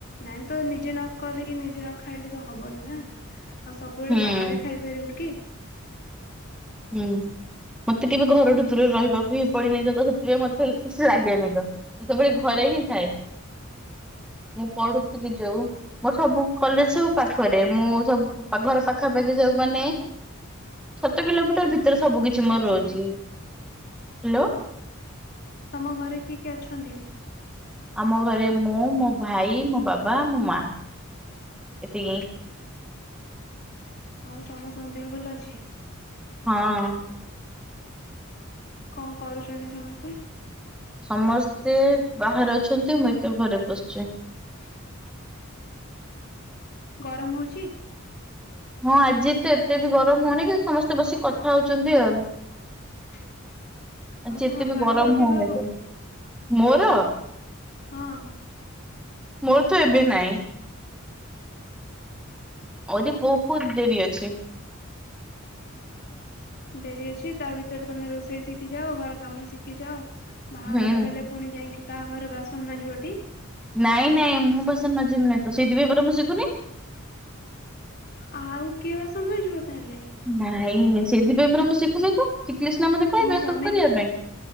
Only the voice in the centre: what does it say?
ହୁଁ
ହୁଁ ମତେ କେବେ ଘରଠୁ ଦୂରରେ ରହିବାକୁ ହିଁ ପଡିନାହିଁ ତ ସେଥିପାଇଁ ମତେ ସେ ଲାଗେନି ତ ସେତେବେଳେ ଘରେ ହିଁ ଥାଏ। ମୁଁ ପଢୁଥିଲି ଯୋଉ ମୋ ସବୁ କଲେଜ ସବୁ ପାଖରେ ମୁଁ ସବୁ ଘର ପାଖାପାଖି ସବୁ ମାନେ ସାତ କିଲୋମିଟର ଭିତରେ ସବୁ କିଛି
ମୋର
ରହୁଛି। ହ୍ୟାଲୋ।
ଆମ ଘରେ ମୁଁ, ମୋ ଭାଇ, ମୋ ବାବା, ମୋ ମା, ଏତିକି।
ହଁ।
ସମସ୍ତେ ବାହାରେ ଅଛନ୍ତି ମୁଁ ଏକା ଘରେ ବସିଛି।
ହଁ ଆଜି ତ ଏତେ ବି ଗରମ ହଉନି କିନ୍ତୁ ସମସ୍ତେ ବସିକି କଥା ହଉଛନ୍ତି ଆଉ।
ଆଜି ଏତେ ବି
ଗରମ
ହଉନି
ତ, ମୋର
ମୋର ତ ଏବେ ନାଇଁ। ଆହୁରି ବହୁତ ଡେରି ଅଛି।
ହୁଁ।
ନାଇଁ ନାଇଁ ମୁଁ ବାସନମାଜିବିନି ତ ସେଇଥିପାଇଁ ପରା ମୁଁ ଶିଖୁନି।
ନାଇଁ ସେଇଥିପାଇଁ ପରା ମୁଁ ଶିଖୁନି ତ ଶିଖିଲେ ସିନା ମତେ କହିବେ
ସବୁ କରିବା ପାଇଁ।